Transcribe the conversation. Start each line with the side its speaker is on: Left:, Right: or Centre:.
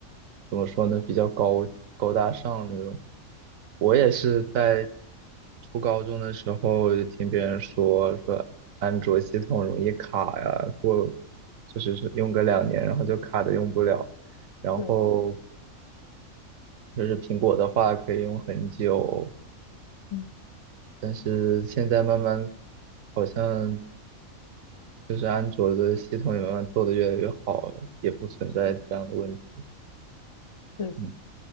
Right: 怎么说呢，比较高高大上那种。我也是在初高中的时候就听别人说说安卓系统容易卡呀，过就是是用个两年，然后就卡的用不了。然后
Left: 对，
Right: 就是苹果的话可以用很久，
Left: 嗯，
Right: 但是现在慢慢好像就是安卓的系统也慢慢做的越来越好了，也不存在这样的问题。
Left: 是对，
Right: 嗯